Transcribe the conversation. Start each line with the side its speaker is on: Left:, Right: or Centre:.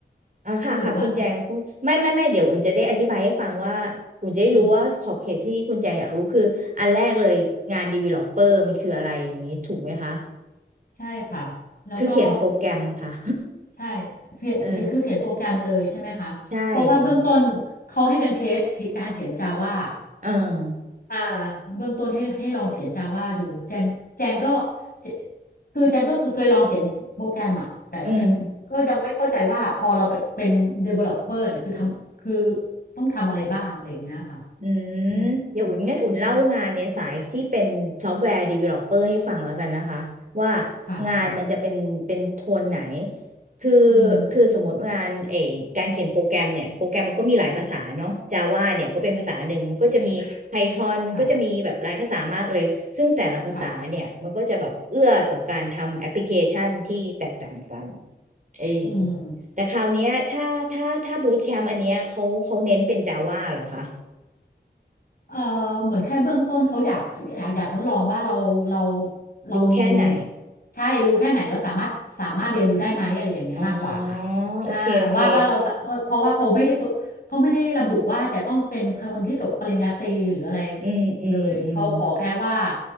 Right: อ่าค่ะค่ะคุณแจงพูดไม่ไม่ไม่เดี๋ยวอุ่นจะได้อธิบายให้ฟังว่าอุ่นจะได้รู้ว่าขอบเขตที่คุณแจงอยากรู้คืออันแรกเลยงานดว
Left: คุณหนูว่าไงอืม
Right: d ลโอปเปอาร์มันคืออะไรอย่างนี้ถูกไหมคะ
Left: ใช่ค่ะแล้วก็
Right: คือเขียนโปรแกรมค่ะ
Left: ใช่เขียนคือเขียนโปรแกรมเลยใช่ไหมคะเพราะว่าเบื้องต้นเขาให้แจังเทสการเขียนจาว่า
Right: <laughs> เออใช่เขียนเออ
Left: อ่าเบื้องต้นให้ให้ลองเขียน Java ดูแจงแจงก็เจคือแจงก็คือเคยลองเขียนโปรแกรมอะแต่แจงก็ยังไม่เข้าใจว่าพอเราไปเป็น
Right: อืม
Left: developer เนี่ยคือทำคือต้องทำอะไรบ้างอะไรอย่างเงี้ยค่ะ
Right: อืม
Left: อืมอืม
Right: เดี๋ยวอุ่นงั้นอุ่นเล่างานในสายที่เป็นซอฟต์แวร์ดีเวลลอปเปอร์ให้ฟังแล้วกันนะคะว่า
Left: ค่ะค่ะ
Right: งานมันจะเป็นเป็นโทนไหนคือ
Left: อืม
Right: คือสมมติงานเออการเขียนโปรแกรมเนี่ยโปรแกรมมันก็มีหลายภาษาเนาะ Java เนี่ยก็เป็นภาษาหนึ่งมันก็จะมี
Left: ค่ะ
Right: Python มันก็จะมีแบบหลายภาษามากเลยซึ่งแต่ละภาษาเนี่ยมันก็จะแบบเอื้อต่อการทำแอปพลิเคชันที่แตกต่างกัน
Left: ค่ะค่ะ
Right: เออ
Left: อืม
Right: แต่คราวเนี้ยถ้าถ้าถ้าบูตแคมป์อันเนี้ยเขาเขาเน้นเป็น Java เหรอคะ
Left: เอ่อเหมือนแค่เบื้องต้นเขาอยากอยากอยากทดลองว่าเราเราเรามี
Right: รู้แค่ไหน
Left: ใช่รู้แค่ไหนแล้วสามารถสามารถเรียนรู้ได้ไหมอะไรอย่างเงี้ยมากกว่าค่ะ
Right: อ๋อโอเค
Left: อ่าว่าว่าเราสะเอ่อเพราะว่าเขาไม่ได้เปิเขาไม่ได้ระบุว่าจะต้องเป็นคนที่จบปริญญาตรีหรืออะไร
Right: โอเค อืม อืม
Left: เลยเขาขอแค่ว่า
Right: อืม